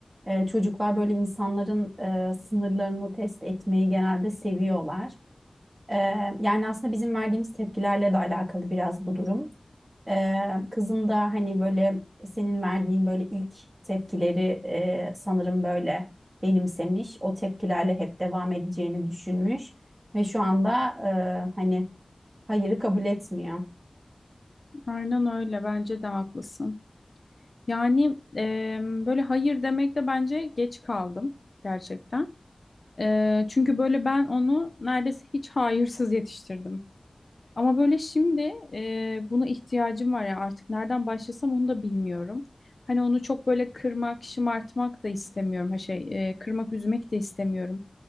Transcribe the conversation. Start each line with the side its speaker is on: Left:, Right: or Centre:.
Right: e, çocuklar böyle insanların e, sınırlarını test etmeyi genelde seviyorlar. E, yani aslında bizim verdiğimiz tepkilerle de alakalı biraz bu durum. Ee, kızım da hani böyle senin verdiğin böyle ilk tepkileri e, sanırım böyle benimsemiş. O tepkilerle hep devam edeceğini düşünmüş ve şu anda e, hani hayırı kabul etmiyor.
Left: Aynen öyle bence de haklısın. Yani e, böyle hayır demekte bence geç kaldım gerçekten. E, çünkü böyle ben onu neredeyse hiç hayırsız yetiştirdim. Ama böyle şimdi e, buna ihtiyacım var ya artık nereden başlasam onu da bilmiyorum. Hani onu çok böyle kırmak, şımartmak da istemiyorum. Ha şey, e, kırmak, üzmek de istemiyorum.